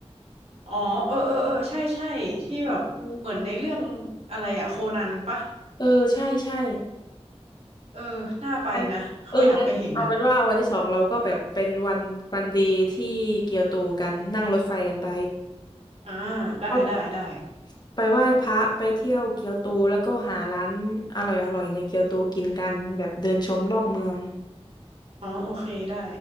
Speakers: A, on the right (about 70°); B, on the left (about 40°).
A: อ๋อเออเออเออใช่ใช่ที่แบบเหมือนในเรื่อง
B: เออ
A: อะไรอะโคนันปะ
B: เออใช่ใช่
A: เออน่าไปนะเขาอยากไปเห็นอะ
B: งั้นเอองั้นเอาเป็นว่าวันที่สองเราก็แบบเป็นวันวันเดีที่เกียวโตกัน นั่งรถไฟกันไป
A: อ่าได้ได้ได้
B: ก็แบบไปไหว้พระไปเที่ยวเกียวโตแล้วก็หาร้านอร่อยอร่อยในเกียวโตกินกันแบบเดินชมรอบเมือง
A: อ๋อโอเคได้